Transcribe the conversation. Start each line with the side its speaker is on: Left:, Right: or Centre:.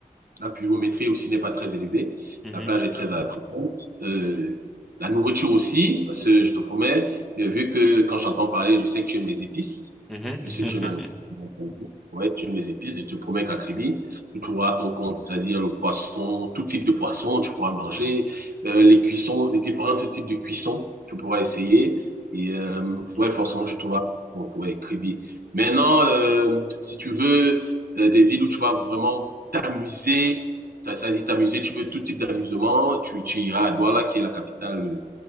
Right: la pluviométrie aussi n'est pas très élevée.
Centre: Mhm.
Right: La
Centre: mhm.
Right: plage est très attrayante. Euh, la nourriture aussi, parce que je te promets, euh, vu que quand j'entends parler, je sais que tu aimes les épices,
Centre: Mhm.
Right: puisque
Centre: <laughs>
Right: tu aimes la nourriture. Ouais, tu aimes les épices, je te promets qu'à Kribi, tu trouveras ton compte, c'est-à-dire le poisson, tout type de poisson, tu pourras manger, euh, les cuissons, les différents types de cuissons, tu pourras essayer. Et euh,
Centre: Mhm.
Right: ouais, forcément, tu trouveras bon, ouais, Kribi. Maintenant, euh, si tu veux euh, des villes où tu vas vraiment t'amuser. Ça dit t'amuser, tu veux tout type d'amusement, tu, tu iras à Douala, qui est la capitale